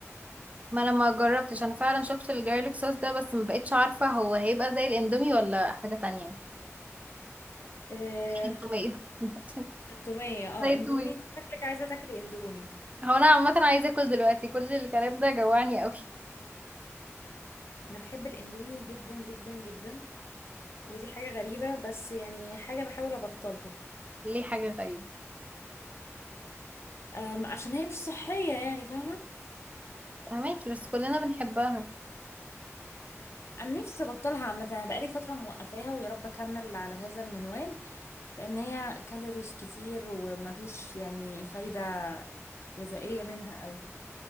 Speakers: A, on the right; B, on the left.
A: ما انا ما جربتش انا فعلا شفت الجارليك صوص ده بس ما بقتش عارفه هو هيبقى زي الاندومي ولا حاجه تانية
B: آه،
A: اكيد تومية <laughs>
B: التومية اه
A: زي
B: اندومي
A: التومية
B: انت شكلك عايزة تاكلي اندومي
A: هو انا عامة عايزة اكل دلوقتي كل الكلام ده جوعني قوي
B: انا بحب الاندومي جدا جدا جدا ودي حاجة غريبة بس يعني حاجة بحاول أبطلها
A: ليه حاجة غريبة
B: أم، عشان هي مش صحية يعني فاهمة
A: فهماكي بس كلنا بنحبها
B: أنا نفسي أبطلها عامة أنا بقالي فترة موقفاها ويا رب أكمل على هذا المنوال لأن هي كالوريز كتير ومفيش يعني فايدة غذائية منها أوي